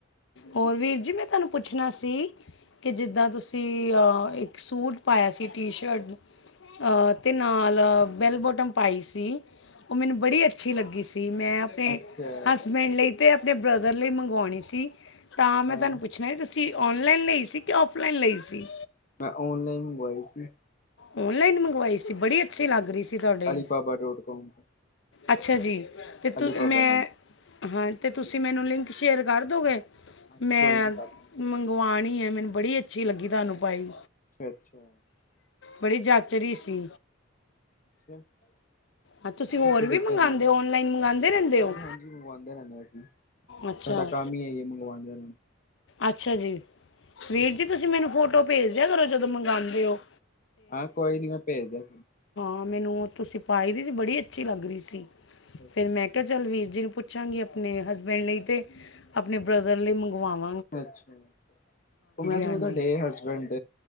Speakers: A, on the left (about 40°); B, on the left (about 60°).
A: ਹਾਂਜੀ,
B: ਹੋਰ ਵੀਰ ਜੀ ਮੈਂ ਤੁਹਾਨੂੰ ਪੁੱਛ ਪੁੱਛਣਾ ਸੀ, ਕਿ ਜਿੱਦਾਂ ਤੁਸੀਂ ਇੱਕ ਸੂਟ ਪਾਇਆ ਸੀ, ਟੀ ਸ਼ਰਟ ਅਤੇ ਨਾਲ ਬੈਲ ਬੋਟਮ ਪਾਈ ਸੀ। ਉਹ ਮੈਨੂੰ ਬੜੀ ਅੱਛੀ ਲੱਗੀ ਸੀ, ਮੈਂ ਆਪਣੇ
A: ਅੱਛਾ
B: ਹਸਬੈਂਡ ਲਈ ਤ ਦੇ ਬ੍ਰਦਰ ਲਈ ਮੰਗਵਾਣੀ ਸੀ। ਤਾਂ ਮੈਂ
A: ਹਾਂ
B: ਤੁਹਾਨੂੰ ਪੁੱਛਣਾ ਜੀ ਤੁਸੀਂ ਔਨਲਾਈਨ ਲਈ ਸ, ਕਿ ਔਫਲਾਈਨ ਲਈ ਸੀ।
A: ਮੈਂ ਔਨਲਾਈਨ ਮੰਗਵਾਈ ਸੀ।
B: ਔਨਲਾਈਨ ਮੰਗਵਾਈ ਸੀ। ਬੜੀ ਅੱਛੀ
A: ਹਾਂਜੀ
B: ਲੱਗ ਰਹੀ ਸੀ
A: <inaudible>
B: ਤੁਹਾਡੇ
A: ਅਲੀ ਬਾਬਾ ਡੋਟ ਕੋਮ ਤੋਂ।
B: ਅੱਛਾ ਜੀ। ਅਤੇ
A: ਅਲੀਬਾਬਾ
B: ਤੂੰ ਮੈਂ,
A: ਹਾਂਜੀ
B: ਹਾਂ। ਅਤੇ ਤੁਸੀਂ ਮੈਨੂੰ ਲਿੰਕ ਸ਼ੇਅਰ ਕਰ ਦੋਗੇ।
A: ਹਾਂਜੀ
B: ਮੈਂ
A: ਕੋਈ ਨਾ ਕਰ ਦਾਂਗੇ
B: ਮੰਗਵਾਨੀ ਐ ਮੈਨੂੰ ਬੜੀ ਅੱਛੀ ਲੱਗੀ ਤੁਹਾਨੂੰ ਪਾਈ।
A: ਅੱਛਾ, ਅੱਛਾ।
B: ਬੜੀ ਜਚ ਰਹੀ ਸੀ।
A: ਅੱਛਾ। ਤੁਸੀਂ
B: ਹਾਂ ਤੁਸੀਂ ਹੋਰ
A: ਕਿਥੇ
B: ਵੀ
A: ਦੇਖਿਆ
B: ਮੰਗਵਾਉਂਦੇ
A: ਜਾਂਦੇ?
B: ਹੋ ਔਨਲਾਈਨ ਮੰਗਵਾਉਂਦੇ ਰਹਿੰਦੇ
A: -ਹਾਂਜੀ,
B: ਹੋ
A: ਹਾਂਜੀ ਮੰਗਵਾਉਂਦੇ ਰਹਿੰਦੇ ਅਸੀਂ,
B: ਅੱਛਾ
A: ਸਾਡਾ ਕੰਮ ਹੀ ਏਹੀ ਹੈ, ਮੰਗਵਾਨ ਦੇ
B: ਅੱਛਾ ਜੀ ਵੀਰ ਜੀ ਤੁਸੀਂ ਮੈਨੂੰ ਫੋਟੋ ਭੇਜ ਦੇਆ ਕਰੋ ਜਦੋਂ ਮੰਗਾਦੇ ਹੋ।
A: ਹਾਂ ਕੋਈ ਨੀ ਮੈਂ ਭੇਜਦਾ
B: ਹ ਮੈਨੂੰ ਤੁਸੀਂ ਪਾਈ ਦੀ ਸੀ ਬੜੀ ਅੱਛੀ ਲੱਗ ਰਹੀ ਸੀ।
A: ਅੱਛਾ
B: ਫੇਰ ਮੈਂ ਕਿਹਾ ਚਲ ਵੀਰ ਜੀ ਨੂੰ ਪੁੱਛ ਪੁਛਾਂਗੀ ਆਪਣੇ ਹਸਬੈਂਡ ਲਈ, ਤੇ ਆਪਣੇ ਬ੍ਰਦਰ ਲਈ ਮੰਗਵਾਵਾਂ।
A: ਅੱਛਾ ਉਹ ਮੈਂ ਸੁਣਿਆ
B: ਹਾਂਜੀ
A: ਤੁਹਾਡੇ ਹਸਬੈਂਡ